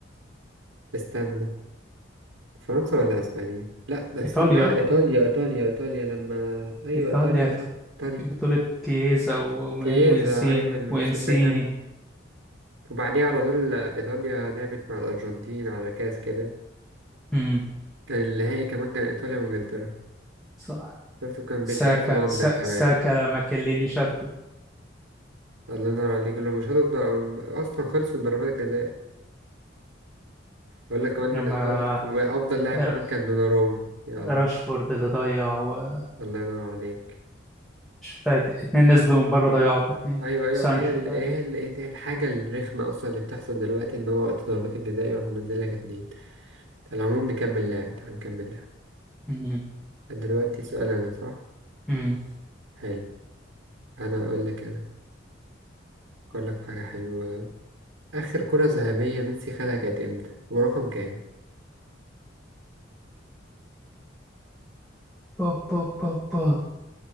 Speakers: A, on the right; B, in the centre.
A: استنى فرنسا ولا اسبانيا لا ده استنى
B: إيطاليا
A: ايطاليا ايطاليا ايطاليا لما ايوه
B: إيطاليا
A: ايطاليا صح ايطاليا
B: بطولة كييزا و-
A: كييزا
B: وإنسين
A: ايوه الموسم
B: وإنسيني
A: ده كان وبعديه على طول ايطاليا لعبت مع الارجنتين على كاس كده
B: امم
A: كان النهائي كمان كان ايطاليا وانجلترا
B: صح
A: شفته كان
B: ساكا
A: بيتلعب في لندن
B: سا...
A: كمان
B: ساكا لما كليني شده
A: الله ينور عليك لما مش هتقدر اصلا خلصوا ضربات الجزاء اقول لك كمان
B: لما
A: مين افضل وافضل لاعب
B: ر-
A: كمان كان دوناروما يلا
B: راشفورد اللي ضيع ومش
A: الله ينور عليك
B: فاكر اتنين نزلوا من بره ضيعوا الاتنين
A: ايوه ايوه
B: سانشو
A: ما هي ال-
B: تقريبا
A: هي ال- هي الحاجه الرخمه اصلا اللي بتحصل دلوقتي ان هو وقت ضربات الجزاء يروح منزل لك اتنين على العموم نكمل لعب تعال نكمل لعب
B: مم.
A: دلوقتي سؤال انا صح
B: مم.
A: حلو انا اقول لك انا اقول لك في حاجه حلوه اخر كره ذهبيه ميسي خدها كانت امتى ورقم كام
B: بو بو بو بو